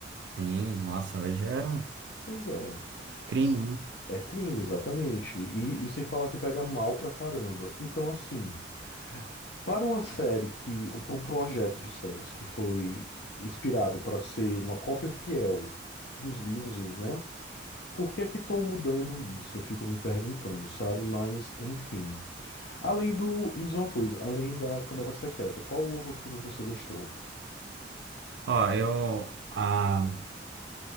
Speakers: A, on the right; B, on the left.
A: Sim, nossa, hoje é.
B: Pois é.
A: Crime,
B: S-
A: né?
B: É crime, exatamente. E, e sem falar que pega mal pra caramba. Então, assim. Para uma série que, um- para um projeto de séries que foi inspirado para ser uma cópia fiel dos livros, e, né? Por que é que estão mudando isso? Eu fico me perguntando, sabe? Mas, enfim. Além do, me diz uma coisa, além da Câmara Secreta, qual outro filme você gostou?
A: Ó, eu. A,